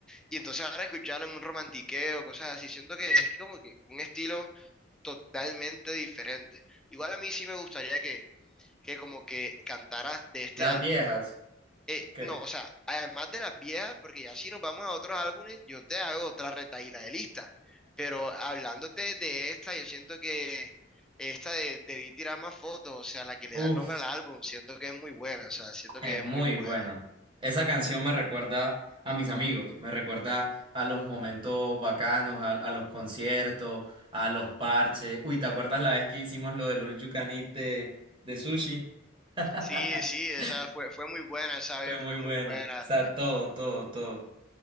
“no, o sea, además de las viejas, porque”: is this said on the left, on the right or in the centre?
Centre